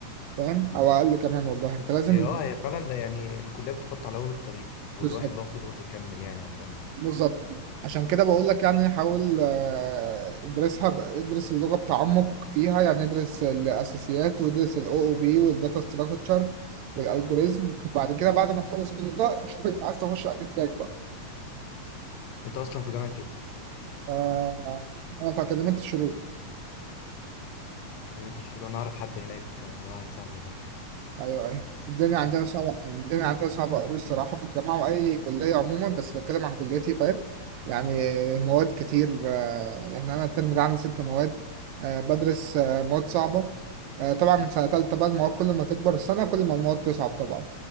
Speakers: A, on the right; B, on the left.
A: فاهم او اقل كمان والله انت لازم
B: هي اه هي فعلا يعني الكليه بتحط على اول الطريق والواحد
A: بالظبط
B: بقى المفروض هو اللي يكمل يعني عشان
A: بالظبط عشان كده بقول لك يعني حاول آه، ادرسها ب- ادرس اللغة بتعمق فيها يعني ادرس الأساسيات وادرس ال OOP والداتا ستراكشر والألجوريزم وبعد كده بعد ما تخلص كل ده شوف انت عايز تخش على أي تراك بقى
B: انت اصلا في جامعه ايه؟
A: آه، أنا في أكاديمية الشروق
B: جامعه الشروق انا اعرف حد هناك آه، واحد صاحبي هناك
A: ايوه ايوه الدنيا عندنا صعبه الدنيا عندنا صعبه قوي الصراحه في الجامعه واي كليه عموما بس بتكلم عن كليتي فاهم يعني مواد كتير آه، يعني انا الترم ده عندي ست مواد آه، بدرس آه، مواد صعبه آه، طبعا من سنه تالته بقى المواد كل ما تكبر السنه كل ما المواد تصعب طبعا